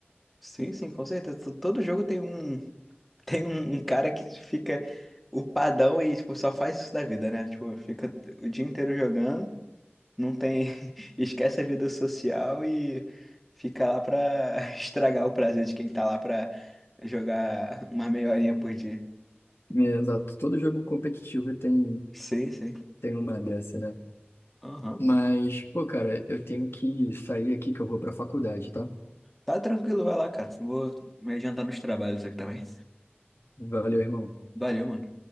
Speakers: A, in the centre; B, on the left (about 70°).
A: Sim, sim, com certeza. To- Todo jogo tem um <laughs> tem um, um cara que fica o padrão e tipo só faz isso da vida, né? Tipo, fica o dia inteiro jogando, não tem <laughs> esquece a vida social e fica lá pra <laughs> estragar o prazer de quem tá lá pra jogar uma meia horinha por dia.
B: É, exato, todo jogo competitivo tem,
A: Sim, sim.
B: tem uma dessa, né?
A: Aham.
B: Mas, pô, cara, eu tenho que sair aqui que eu vou pra faculdade, tá?
A: Tá tranquilo, vai lá, cara. Vou me adiantar nos trabalhos aqui também.
B: Valeu, irmão.
A: Valeu, mano.